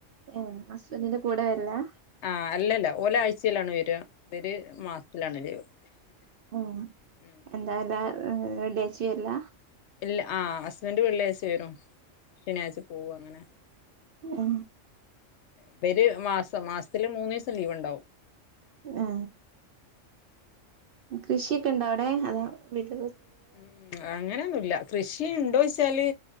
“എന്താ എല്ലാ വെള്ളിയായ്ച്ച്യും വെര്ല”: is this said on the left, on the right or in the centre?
Right